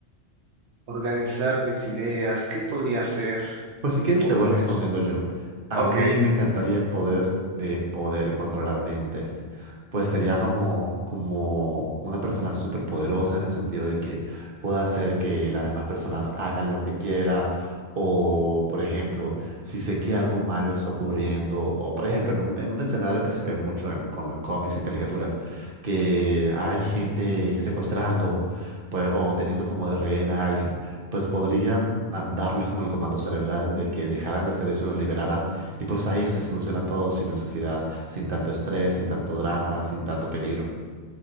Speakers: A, on the right; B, on the right.
A: organizar mis ideas. ¿Qué podría hacer
B: Pues si quieres
A: Poder.
B: te voy respondiendo yo. A
A: Ok,
B: mí me encantaría el poder de poder controlar mentes. Pues sería como, como una persona súper poderosa en el sentido de que pueda hacer que las demás personas hagan lo que quiera. O, por ejemplo, si sé que algo malo está ocurriendo. O, por ejemplo, en un, en un escenario que se ve mucho en, com- en cómics, en caricaturas, que hay gente secuestrando, pues, o teniendo como de rehén a alguien pues podría mandarles como el comando cerebral de que dejaran de hacer eso y los liberara. Y pues ahí se soluciona todo sin necesidad, sin tanto estrés, sin tanto drama, sin tanto peligro.